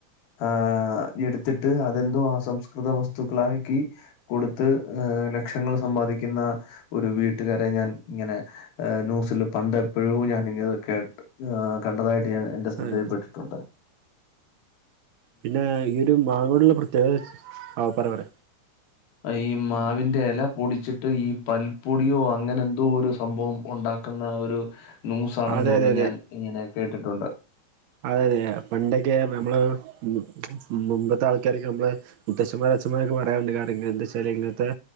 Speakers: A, on the left; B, on the right.
A: ആഹ് ഇട്ത്തിട്ട് അത് എന്തോ അസംസ്കൃത വസ്തുക്കളാക്കി കൊട്ത്ത് ഏഹ് ലക്ഷങ്ങൾ സമ്പാദിക്കുന്ന ഒരു വീട്ടുകാരെ ഞാൻ ഇങ്ങനെ ഏഹ് ന്യൂസിൽ പണ്ട് എപ്പഴോ ഞാൻ ഇങ്ങനെ ഇത് കേട്ട് ആഹ് കണ്ടതായിട്ട് ഞാൻ എന്റെ ശ്രദ്ധയിൽപ്പെട്ടിട്ട്
B: അതെ
A: ഉണ്ട്.
B: പിന്നെ ഈ ഒരു മാങ്ങോട് ഇള്ള പ്രത്യേകത വെച്ച് ആഹ് പറ പറെ
A: ഈ മാവിന്റെ ഇല പൊടിച്ചിട്ട് ഈ പൽപ്പൊടിയോ അങ്ങനെ എന്തോ ഒരു സംഭവം ഉണ്ടാ ക്ക്ന്ന ഒരു ന്യൂസ് ആണെന്ന്
B: അതെ
A: തോന്നുന്നു
B: അതെ
A: ഞാൻ ഇങ്ങനെ കേട്ടിട്ടുണ്ട്
B: അതെ അതെ പണ്ടൊക്കെ നമ്മെൾ മു മുമ്പത്തെ ആൾക്കാരൊക്കെ നമ്മെൾ മുത്തച്ഛന്മാര് അച്ഛന്മാരെക്കെ പറയാറ് ഇണ്ട് കാര്യങ്ങെൾ എന്താച്ചാൽ ഇങ്ങെൻത്തെ